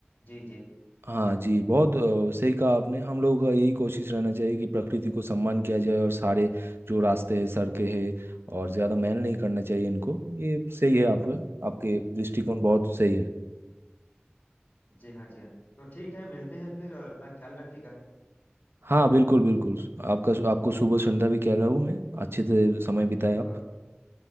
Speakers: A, on the left (about 35°); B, on the right (about 70°).
A: जी जी
B: हाँ जी बहुत अ, सही कहा आपने हम लोगों का यही कोशिश रहना चाहिए कि प्रकृति को सम्मान किया जाए और सारे जो रास्ते हैं सड़कें हैं और ज़्यादा मैल नहीं करना चाहिए इनको ये सही है आपके आपके दृष्टिकोण बहुत सही है
A: जी हाँ जी हाँ तो ठीक है मिलते हैं फिर और अपना ख्याल रखिएगा
B: हाँ बिल्कुल बिल्कुल आपका आपको शुभ संध्या भी कह रहा हूँ मैं अच्छे से समय बिताए आप
A: और